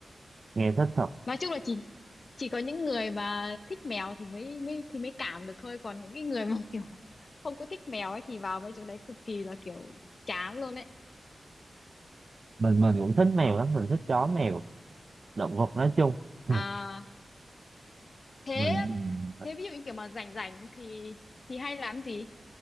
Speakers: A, on the right (about 45°); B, on the left (about 50°).
A: Nghe thích thật.
B: nói chung là chỉ chỉ có những người mà thích mèo thì mới mới thì mới cảm được thôi còn những cái người mà <laughs> kiểu không có thích mèo ấy thì vào mấy chỗ đấy cực kỳ là kiểu chán luôn ấy
A: Mình, mình cũng thích mèo lắm, mình thích chó mèo, động vật nói chung. <laughs>
B: à thế
A: Mình, mình-
B: thế ví dụ như kiểu mà rảnh rảnh thì thì hay làm gì